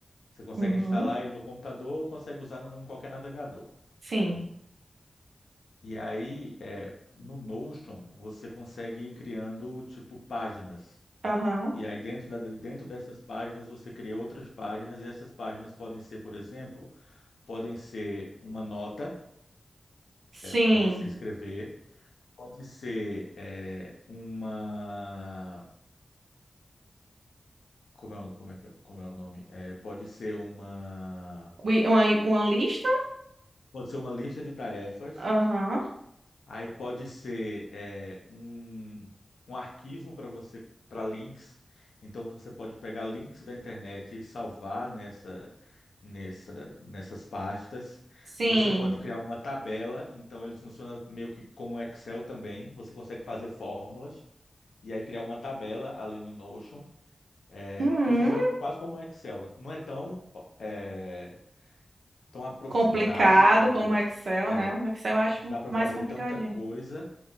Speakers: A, on the left; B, on the right.
A: Você consegue
B: Uhum.
A: instalar ele no computador ou consegue usar no- em qualquer navegador.
B: Sim.
A: E aí, é, no Notion, você consegue ir criando, tipo, páginas.
B: Aham.
A: E aí, dentro da- dentro dessas páginas, você cria outras páginas, e essas páginas podem ser, por exemplo, podem ser uma nota,
B: Sim.
A: para você escrever. Pode ser é, uma. Como é, o- como é, que- como é o nome? É, pode ser uma.
B: Wi- Uma, uma lista?
A: Pode ser uma lista de tarefas.
B: Aham.
A: Aí pode ser é, um, um arquivo para você, para links. Então você pode pegar links da internet e salvar nessa, nessa, nessas pastas.
B: Sim.
A: Você pode criar uma tabela. Então ele funciona meio que como um Excel também. Você consegue fazer fórmulas e aí criar uma tabela ali no Notion. é,
B: Hum,
A: que funciona quase como um Excel. Não é tão, é, tão aprofundado
B: complicado
A: quanto
B: como o Excel,
A: é,
B: né? O Excel eu acho
A: que não dá para
B: mais
A: fazer
B: complicadinho.
A: tanta coisa